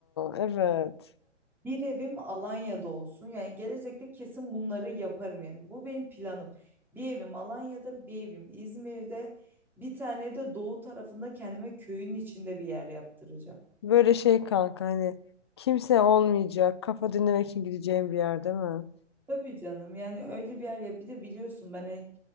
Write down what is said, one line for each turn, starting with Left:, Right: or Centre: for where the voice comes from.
Left: Evet.
Centre: Bir evim Alanya'da olsun. Yani gelecekte kesin bunları yaparım yani. Bu benim planım. Bir evim Alanya'da, bir evim İzmir'de, bir tane de doğu tarafında kendime köyün içinde bir yer yaptıracağım.
Left: Böyle şey kanka hani kimse olmayacak. Kafa dinlemek için gideceğim bir yer değil mi?
Centre: Tabii canım yani öyle bir yer ya. Bir de biliyorsun ben hani